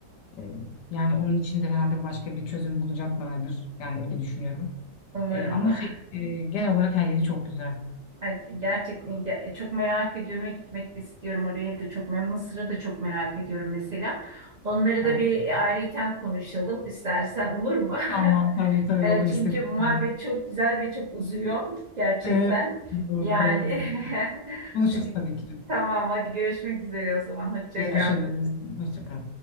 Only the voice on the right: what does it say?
Umarım.
<laughs>
Ay, Gerçekten ge- çok merak ediyorum ve gitmek de istiyorum oraya da çok. Ben Mısır'ı da çok merak ediyorum mesela. Onları da
bir ayrıyeten konuşalım istersen olur mu? <laughs>
E,
çünkü
muhabbet
çok güzel ve çok uzuyor gerçekten.
Yani
<laughs>
hadi
tamam hadi görüşmek üzere o zaman. Hoşça
kal.